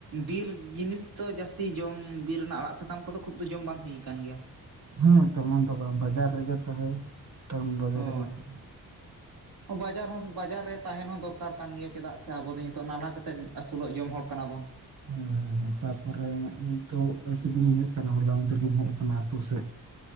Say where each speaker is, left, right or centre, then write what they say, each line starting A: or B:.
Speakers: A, on the right; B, on the right.
A: ᱵᱤᱨ ᱡᱤᱱᱤᱥ ᱫᱚ ᱡᱟᱥᱛᱤ ᱡᱚᱢ ᱵᱤᱨ ᱨᱮᱱᱟᱜ ᱟᱲᱟᱜ ᱥᱟᱠᱟᱢ ᱠᱚᱫᱚ ᱠᱷᱩᱵ ᱫᱚ ᱡᱚᱢ ᱵᱟᱝ ᱦᱩᱭ ᱠᱟᱱ ᱜᱤᱭᱟ᱾
B: ᱦᱮᱸ ᱛᱮᱢᱚᱱ ᱫᱚ ᱵᱟᱝ ᱵᱟᱡᱟᱨ ᱨᱮᱜᱮ ᱛᱟᱦᱮᱸ ᱴᱟᱣᱩᱱ ᱵᱟᱡᱟᱨ
A: ᱦᱳᱭ
B: ᱨᱮᱜᱮ ᱠᱷᱩᱵ
A: ᱵᱟᱡᱟᱨ ᱦᱚᱸ ᱵᱟᱡᱟᱨ ᱨᱮ ᱛᱟᱦᱮᱸᱱ ᱦᱚᱸ ᱫᱚᱨᱠᱟᱨ ᱠᱟᱱ ᱜᱮᱭᱟ ᱪᱮᱫᱟᱜ ᱥᱮ ᱟᱵᱚ ᱫᱚ ᱧᱤᱛᱚᱜ ᱱᱟᱞᱦᱟ ᱠᱟᱛᱮᱫ ᱟᱥᱩᱞᱚᱜ ᱡᱚᱢ ᱦᱚᱲ ᱠᱟᱱᱟ ᱵᱚᱱ᱾
B: ᱦᱮᱸ ᱛᱟᱨᱯᱚᱨᱮ ᱤᱧᱟᱜ ᱱᱤᱛᱳᱜ ᱟᱯᱮ ᱥᱮᱫ ᱜᱤᱧ ᱦᱤᱡᱩᱜ ᱠᱟᱱᱟ ᱦᱚᱞᱟ ᱢᱟᱸᱫᱷᱮᱨ ᱜᱤᱧ ᱦᱮᱡ ᱟᱠᱟᱱᱟ ᱟᱹᱛᱩ ᱥᱮᱜ᱾